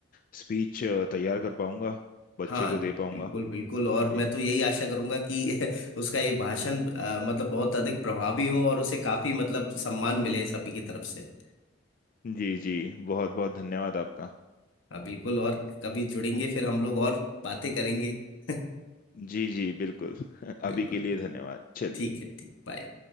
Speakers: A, on the left; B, on the left.
A: स्पीच तैयार कर पाऊंगा बच्चे
B: हाँ
A: को दे पाऊंगा
B: बिल्कुल बिल्कुल और
A: जी
B: मैं तो यही आशा करूंगा कि <laughs> उसका ये भाषण अ, मतलब बहुत अधिक प्रभावी हो और उसे काफी मतलब सम्मान मिले सभी की तरफ से
A: जी जी बहुत बहुत धन्यवाद आपका
B: हाँ बिल्कुल और कभी जुड़ेंगे फिर हम लोग और बातें करेंगे <laughs>
A: जी जी बिल्कुल <laughs>
B: बिल्कुल
A: अभी के लिए धन्यवाद चलिए
B: ठीक है ठीक बाय